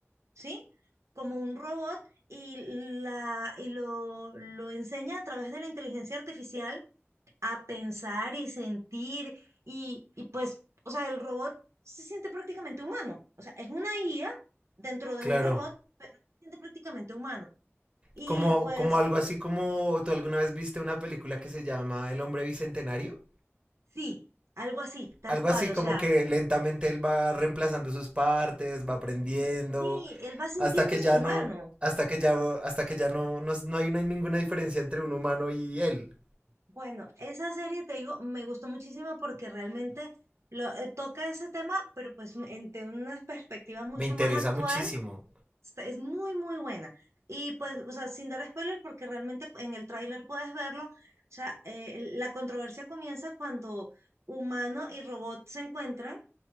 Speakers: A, on the right; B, on the right.
A: ¿sí? Como un robot y, la, y lo, lo enseña a través de la inteligencia artificial a pensar y sentir y, y pues, o sea, el robot se siente prácticamente humano. O sea, es una IA dentro de
B: Claro.
A: un robot, pero se siente prácticamente humano. Y
B: Como,
A: pues
B: como algo así como tú alguna vez viste una película que se llama El hombre bicentenario.
A: sí, algo así, tal
B: Algo
A: cual.
B: así
A: O
B: como
A: sea,
B: que lentamente él va reemplazando sus partes, va aprendiendo,
A: sí, él va sintiéndose
B: hasta que ya
A: humano.
B: no, hasta que ya, hasta que ya no, no, no hay una- ninguna diferencia entre un humano y él.
A: Bueno, esa serie, te digo, me gustó muchísimo porque realmente lo, eh, toca ese tema, pero pues m- en- de una perspectiva mucho
B: Me interesa
A: más actual
B: muchísimo.
A: Está- es muy, muy buena. Y pues, o sea, sin dar spoiler, porque realmente en el tráiler puedes verlo, o sea, eh, la controversia comienza cuando humano y robot se encuentran